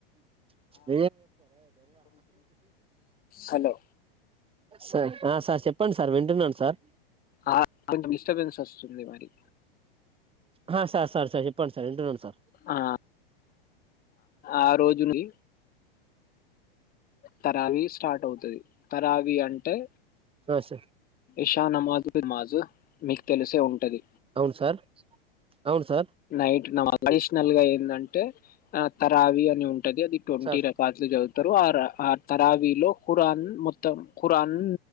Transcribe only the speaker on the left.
హలో
ఆ అంత డిస్టబెన్స్ వస్తుంది, మరి
ఆ ఆ రోజుని తరావి స్టార్ట్ అవుతుది, తరావి అంటే
ఇషా నమాజు మాజు మీకు తెలిసే ఉంటది.
నైట్ నమాజు అడిషనల్ గా ఎందంటే, ఆ తరావి అని ఉంటది అది ట్వంటీ
రకార్డ్లు చదువుతారు ఆ ఆ తరావిలో ఖురాన్ మొత్తం ఖురాన్